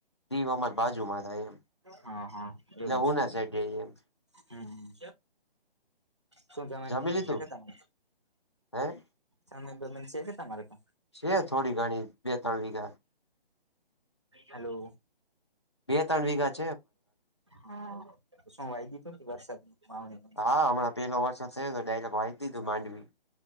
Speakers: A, on the left; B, on the right.
A: દીવ અમાર બાજુમાં થાય. એમ
B: હા હા
A: એટલે
B: એવું
A: ઉના
B: છે.
A: સાઈડ રહીએ એમ
B: હમ્મ. શું જમીન
A: જમી
B: જમીન
A: લીધું
B: છે કે તમને.
A: હે.
B: જમીન બમીન છે કે તમારે કને.
A: છે થોડી ઘણી બે ત્રણ વીઘા.
B: હેલો.
A: બે તણ વીગા જ
B: હા શું વાઈ દીધું વરસાદની વાવણી.
A: હા હમણાં પેલો વરસાદ થયો હતો ડાઇરેક વાઇ દીધું વાવણી.